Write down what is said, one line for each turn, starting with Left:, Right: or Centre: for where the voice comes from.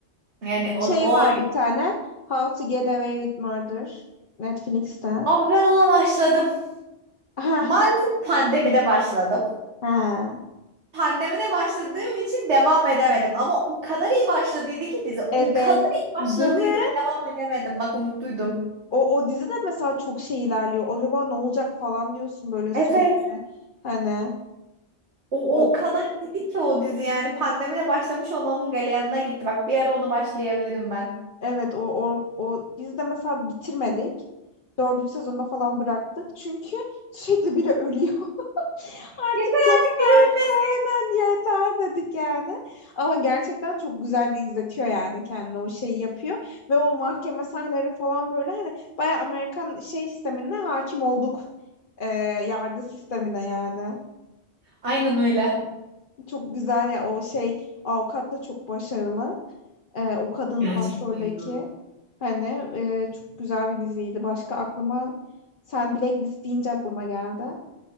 Right: Yani on,
Left: Şey
Right: o
Left: var bir tane. How to Get Away with Murder. Netflix'te.
Right: abi ben ona başladım.
Left: Ha.
Right: Maalesef pandemide başladım.
Left: Ha.
Right: pandemide başladığım için devam edemedim. Ama o kadar iyi başladıydı ki dizi.
Left: Evet.
Right: O kadar iyi başladıydı
Left: Değil mi?
Right: ki devam edemedim. Bak umutluydum.
Left: O, o dizi de mesela çok şey ilerliyor. Acaba ne olacak falan diyorsun böyle sürekli.
Right: Evet.
Left: Hani
Right: O,
Left: o,
Right: o kadar iyiydi ki o dizi yani pandemide başlamış olmamın galeyanına gitti. Bak bir ara onu başlayabilirim ben.
Left: Evet o, o, o biz de mesela bitirmedik. Dördüncü sezonda falan bıraktık. Çünkü sürekli biri ölüyor. <laughs> Artık
Right: Yeter
Left: yani
Right: artık biri ölmesin.
Left: aynen yeter dedik yani. Ama gerçekten çok güzel de izletiyor yani kendini o şeyi yapıyor. Ve o mahkeme sahneleri falan böyle hani bayağı Amerikan şey sistemine hakim olduk. Ee, yargı sistemine yani.
Right: Aynen öyle.
Left: Çok güzel ya o şey avukat da çok başarılı. Ee, o kadın
Right: Gerçekten
Left: başroldeki
Right: ya.
Left: hani e, çok güzel bir diziydi. Başka aklıma sen Blacklist deyince aklıma geldi.